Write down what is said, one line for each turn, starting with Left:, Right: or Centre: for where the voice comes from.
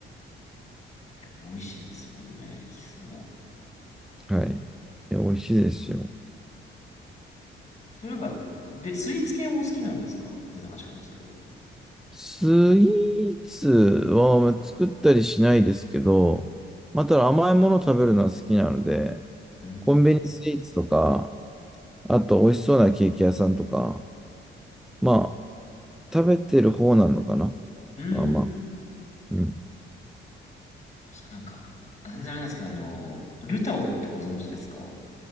Left: に。美味しいですもんね、キスも。
Centre: はい。いや、美味しいですよ。
Left: でもなんか、で、スイーツ系もお好きなんですか全然話変わるんですけど。
Centre: スイーツはまあ作ったりしないですけど、まあ、ただ甘いもの食べるのは好きなので、
Left: えー、
Centre: コンビニスイーツとか、あと美味しそうなケーキ屋さんとか、まあ、食べてる方なのかな。
Left: うん。
Centre: まあまあ、うん。
Left: 確かなんか、あ全然あれなんですけど、あの、ルタオってご存知ですか